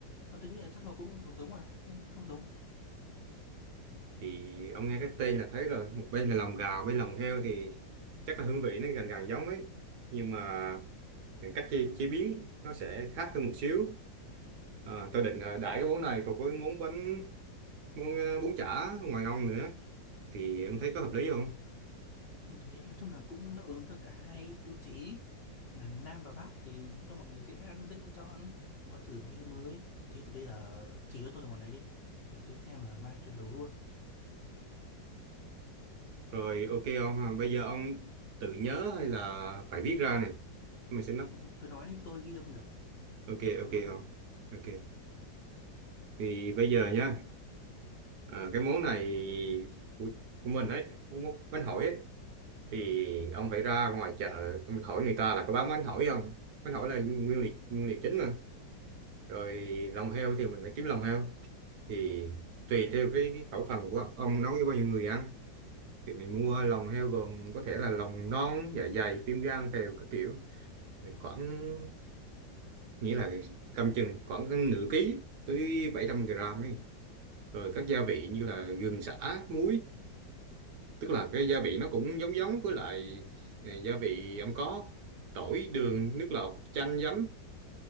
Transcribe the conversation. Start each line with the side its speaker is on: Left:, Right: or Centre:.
Left: Mà tôi nghĩ là chắc nó cũng giống giống à hay không giống?
Right: thì ông nghe cái tên là thấy rồi một bên là lòng gà bên lòng heo thì chắc là hương vị nó gần gần giống ấy nhưng mà cách chế, chế biến nó sẽ khác hơn một xíu à, tôi định là đãi cái món này cùng với món bánh món ờ, bún chả ngoài ông nữa thì ông thấy có hợp lý không
Left: Thế nói chung là cũng đáp ứng được cả hai tiêu chí là Nam và Bắc thì cho mọi người dễ ăn dễ lựa chọn qua thử một cái hướng mới thế thì bây giờ chỉ cho tôi cái món này đi để tôi xem mà mai tôi nấu luôn <laughs>
Right: rồi ok ông à, bây giờ ông tự nhớ hay là phải viết ra này mình sẽ nói
Left: Ừ, cứ nói đi tôi ghi âm được
Right: ok
Left: nói
Right: ok
Left: luôn đi
Right: ông ok thì bây giờ nha à, cái món này của, của mình đấy món món bánh hỏi ấy thì ông phải ra ngoài chợ ông hỏi người ta là có bán bánh hỏi không bánh hỏi là nguyên liệu nguyên liệu chính mà rồi lòng heo thì mình phải kiếm lòng heo thì tùy theo cái, cái khẩu phần của ông nấu cho bao nhiêu người ăn thì mình mua lòng heo gồm có thể là lòng non dạ dày tim gan phèo các kiểu thì khoảng nghĩa là cầm chừng khoảng cái nửa ký tới 700 gram ấy. rồi các gia vị như là gừng sả muối tức là cái gia vị nó cũng giống giống với lại ờ, gia vị ông có tỏi đường nước lọc chanh giấm